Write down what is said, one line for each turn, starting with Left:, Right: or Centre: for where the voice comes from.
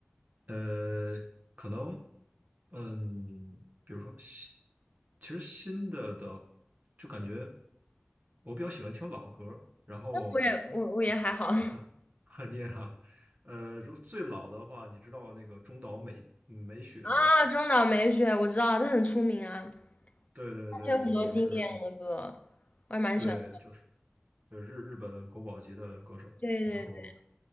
Right: 呃，可能，嗯，比如说新，其实新的的，就感觉我比较喜欢听老歌，然后。
Left: 我也我我也还好 <laughs>
Right: 嗯，<laughs> 你也好。呃，如最老的话，你知道那个中岛美嗯美雪吗？
Left: 啊，中岛美雪我知道，她很出名啊，她
Right: 对对对，
Left: 有很多经典的歌，
Right: 就是
Left: 我还蛮喜欢。
Right: 对，就是呃日日本国宝级的歌手。
Left: 对对对，
Right: 然后